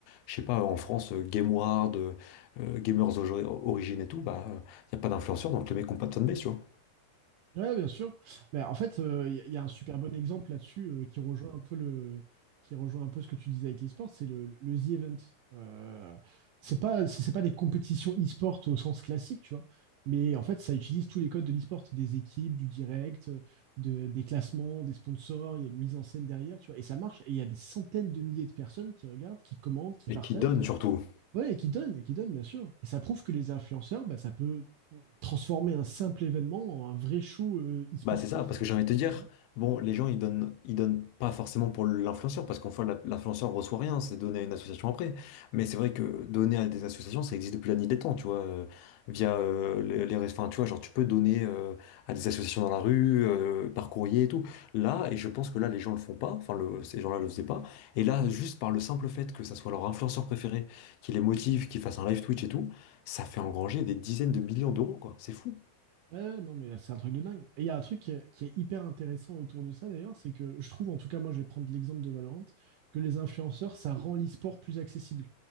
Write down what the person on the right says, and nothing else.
Ouais, bien sûr. Mais en fait, il y, a y a un super bon exemple là-dessus euh, qui rejoint un peu le, qui rejoint un peu ce que tu disais avec l'e-sport, c'est le, le The Event. Euh, c'est pas, c'est c'est pas des compétitions e-sport au sens classique, tu vois. Mais en fait, ça utilise tous les codes de l'e-sport, des équipes, du direct, de- des classements, des sponsors. Il y a une mise en scène derrière, tu vois. Et ça marche. Et il y a des centaines de milliers de personnes qui regardent, qui commentent, qui
partagent.
Ouais, et qui donne, et qui donne, bien sûr. Et ça prouve que les influenceurs, bah, ça peut transformer un simple événement en un vrai show euh, e-sportif.
Ça se dit.
Ouais, non, mais c'est un truc de dingue. Et il y a un truc qui est, qui est hyper intéressant autour de ça, d'ailleurs, c'est que je trouve, en tout cas, moi, je vais prendre l'exemple de Valorant, que les influenceurs, ça rend l'e-sport plus accessible.